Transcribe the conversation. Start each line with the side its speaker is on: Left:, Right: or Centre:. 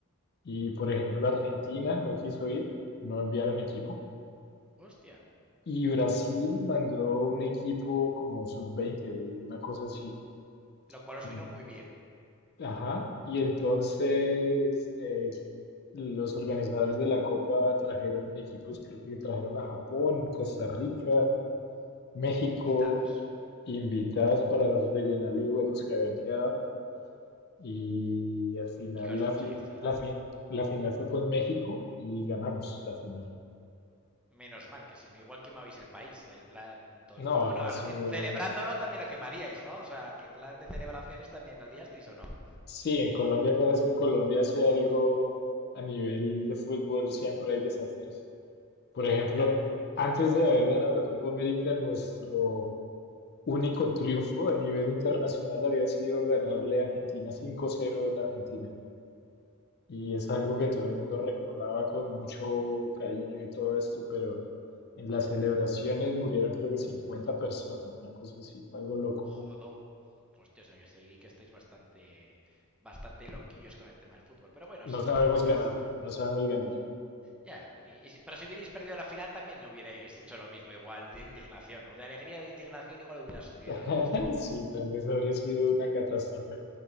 Left: Y por ejemplo, Argentina no quiso ir, no enviaron equipo.
Centre: Hostia,
Left: Y Brasil mandó un equipo como sub-20 o una cosa así.
Centre: lo cual os
Left: En-
Centre: vino muy bien.
Left: Ajá. Y entonces eh, Los organizadores de la Copa trajeron equipos, creo que trajeron a Japón, Costa Rica, México,
Centre: Invitados.
Left: invitados para rellenar los huecos que habían quedado. Y al final
Centre: Y conseguisteis
Left: la, fi-
Centre: ganar.
Left: la, fi- la final fue con México y ganamos la final.
Centre: Menos mal que si no, igual quemabais el país, ahí plan todo
Left: No,
Centre: locos.
Left: habría
Centre: Bueno, ahora
Left: sido...
Centre: sí, celebrándolo también lo quemaríais, ¿no? O sea, que plan de celebraciones también la liasteis o no.
Left: Sí, en Colombia cada vez que Colombia hace algo a nivel de fútbol siempre hay desastres. Por ejemplo,
Centre: Ya,
Left: antes de haber ganado la Copa América, nuestro Único triunfo a nivel internacional había sido ganarle a Argentina cinco cero en Argentina. Y es algo que todo el mundo recordaba con mucho cariño y todo esto, pero en las celebraciones murieron creo que 50 personas, una cosa así, fue algo loco.
Centre: jodo. Hostia, o sea que seguí que estáis bastante bastante loquillos con el tema del fútbol. Pero bueno,
Left: No
Centre: sí,
Left: sabemos
Centre: a veces.
Left: ganar, no sabemos ganar.
Centre: Ya. ni- y si- pero si hubierais perdido la final también no hubierais hecho lo mismo, igual de indignación. O de alegría o de indignación, igual hubiera sucedido
Left: <laughs>
Centre: lo mismo.
Left: Sí, tal vez habría sido una catástrofe.